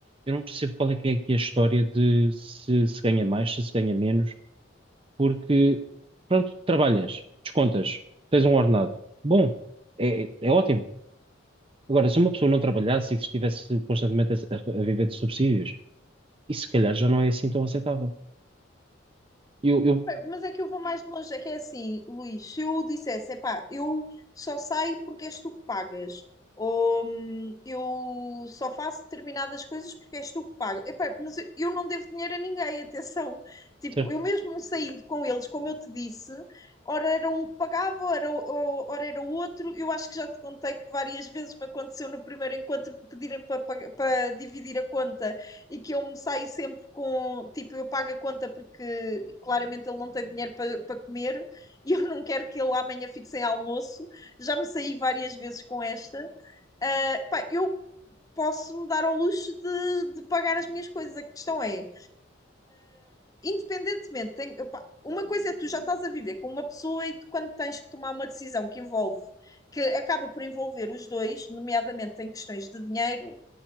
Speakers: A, on the right; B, on the left.
A: Eu não percebo qual é que é aqui a história de se se ganha mais, se se ganha menos, porque pronto, trabalhas, descontas, tens um ordenado. Bom, é, é- é ótimo. Agora, se uma pessoa não trabalhasse e estivesse constantemente a, a viver de subsídios, isso se calhar já não é assim tão aceitável. Eu, eu,
B: Mas é que eu vou mais longe, é que é assim, Luís, se eu dissesse, epá, eu só saio porque és tu que pagas, ou hum, eu só faço determinadas coisas porque és tu que pagas, epá, mas eu eu não devo dinheiro a ninguém, <laughs> atenção, tipo,
A: certo,
B: eu mesmo saindo com eles, como eu te disse, ora era um que pagava, ora, o- ora era o outro, eu acho que já te contei que várias vezes me aconteceu no primeiro encontro me pedirem para, pag- para dividir a conta, e que eu me saio sempre com, tipo, eu pago a conta porque claramente ele não tem dinheiro para pa comer e eu não quero que ele amanhã fique sem almoço. Já me saí várias vezes com esta. Uh, pá, eu posso me dar ao luxo de, de, pagar as minhas coisas. A questão é, independentemente, tem, opa, uma coisa é que tu já estás a viver com uma pessoa e tu, quando tens que tomar uma decisão que envolve, que acaba por envolver os dois, nomeadamente em questões de dinheiro,